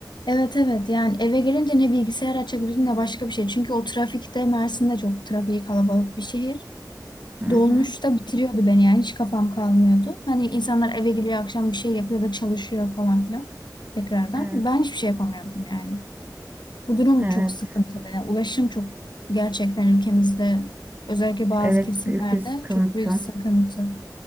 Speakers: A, on the left; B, on the right.
A: Evet evet yani eve gelince ne bilgisayar açabiliyorsun ne başka bir şey. Çünkü o trafikte Mersin'de çok trafiği kalabalık bir şehir.
B: Hı hı.
A: Dolmuş da bitiriyordu beni yani hiç kafam kalmıyordu. Hani insanlar eve geliyor akşam bir şey yapıyor da çalışıyor falan filan tekrardan.
B: Evet.
A: Ben hiçbir şey yapamıyordum yani. Bu durum
B: Evet.
A: çok sıkıntılı. Yani ulaşım çok gerçekten ülkemizde özellikle bazı
B: Evet,
A: kesimlerde
B: büyük bir sıkıntı.
A: çok büyük sıkıntı.